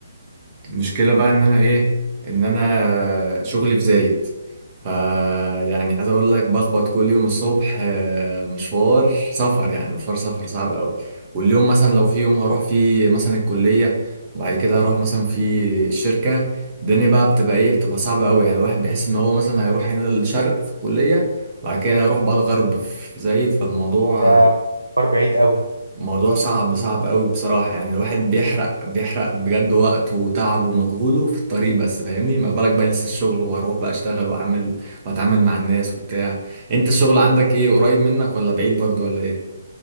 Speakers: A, on the right; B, on the right.
A: المشكلة بقى ان انا ايه ان انا شغلي في زايد فيعني عايز اقول لك بخبط كل يوم الصبح آه، مشوار سفر يعني مشوار سفر صعب قوي واليوم مثلا لو في يوم هروح فيه مثلا الكلية وبعد كده هروح مثلا في الشركة الدنيا بقى بتبقى ايه بتبقى صعبة قوي يعني الواحد بيحس ان هو مثلا هيروح هنا للشرق في الكلية وبعد كده هيروح بقى الغرب في زايد فالموضوع
B: ده فار بعيد قوي
A: موضوع صعب صعب قوي بصراحة يعني الواحد بيحرق بيحرق بجد وقته وتعبه ومجهوده في الطريق بس فاهمني ما بالك بقى لسه الشغل وهروح بقى اشتغل واعمل واتعامل مع الناس وبتاع انت الشغل عندك ايه قريب منك ولا بعيد برضو ولا ايه